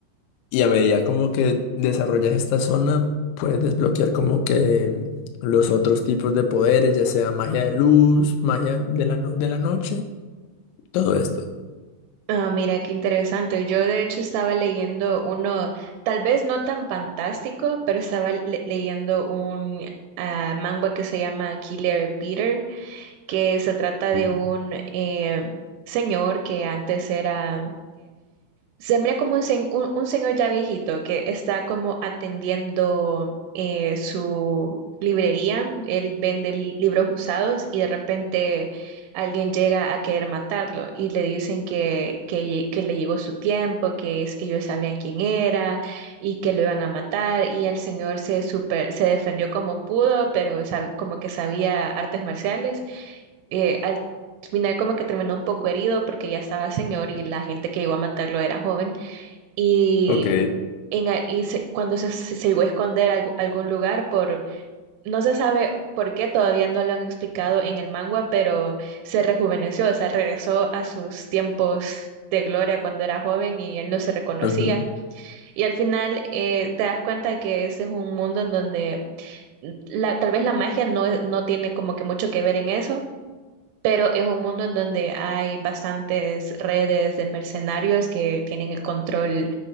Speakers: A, on the left; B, on the right.
A: y a medida como que desarrollas esta zona, puedes desbloquear como que los otros tipos de poderes, ya sea magia de luz, magia de la, no- de la noche, todo esto.
B: Ah, mira, qué interesante. Yo de hecho estaba leyendo uno, tal vez no tan fantástico, pero estaba le- leyendo un ah, manga que se llama Killer Peter, que se trata de
A: Mm.
B: un eh, señor que antes era... Se mira como un, sen- un- un señor ya viejito que está como atendiendo eh, su librería. Él vende li- libros usados y de repente alguien llega a querer matarlo y le dicen que, que, lle- que le llegó su tiempo, que es- ellos sabían quién era y que lo iban a matar. Y el señor se, super, se defendió como pudo, pero sab- como que sabía artes marciales. Eh, al final como que terminó un poco herido porque ya estaba señor y la gente que llegó a matarlo era joven y,
A: Ok.
B: en a- y se- cuando se, se- se llegó a esconder algu- algún lugar por, no se sabe por qué, todavía no lo han explicado en el manga, pero se rejuveneció, o sea, regresó a sus tiempos de gloria cuando era joven y él no se reconocía.
A: Ujú,
B: Y al final eh, te das cuenta que ese es un mundo en donde mm, la, tal vez la magia no, es- no tiene como que mucho que ver en eso pero es un mundo en donde hay bastantes redes de mercenarios que tienen el control